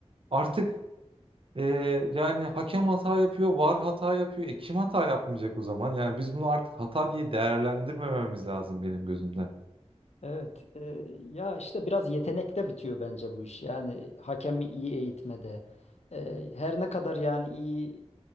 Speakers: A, on the right; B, on the left.
A: artık e, yani hakem hata yapıyor, var hata yapıyor. E kim hata yapmayacak o zaman? Yani biz bunu artık hata diye değerlendirmememiz lazım benim gözümde.
B: Evet, e, ya işte biraz yetenekte bitiyor bence bu iş. Yani hakemi iyi eğitmede, e, her ne kadar yani iyi